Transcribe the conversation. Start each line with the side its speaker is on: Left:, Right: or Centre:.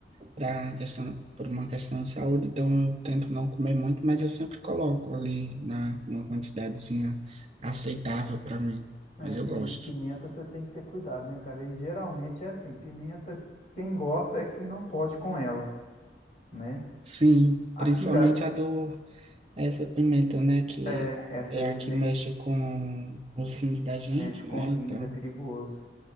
Right: para questão, por uma questão de saúde, então eu tento não comer muito, mas eu sempre coloco ali na, uma quantidadezinha aceitável para mim,
Left: É,
Right: mas
Left: pim-
Right: eu gosto.
Left: pimenta você tem que ter cuidado, né, cara? E geralmente é assim, pimenta quem gosta é quem não pode com ela, né?
Right: Sim,
Left: Aqui,
Right: principalmente
Left: cara,
Right: a do, essa pimenta, né, que
Left: é, essa
Right: é
Left: aí
Right: a
Left: é meio
Right: que mexe com os rins da gente,
Left: mexe com
Right: né,
Left: os
Right: então.
Left: rins, é perigoso.